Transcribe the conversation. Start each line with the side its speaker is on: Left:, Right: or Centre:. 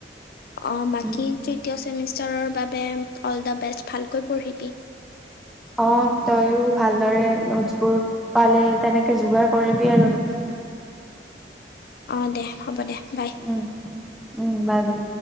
Left: অ বাকী
Centre: উম,
Left: তৃতীয় চেমিষ্টাৰৰ বাবে। অল দা বেষ্ট ভালকৈ পঢ়িবি।
Centre: অ তয়ও ভালদৰে নোটছ বোৰ পালে তেনেকে যোগাৰ কৰিবি আৰু মিলাই
Left: <inaudible> অ দে হ'ব দে বাই।
Centre: উম, উম বাই বাই।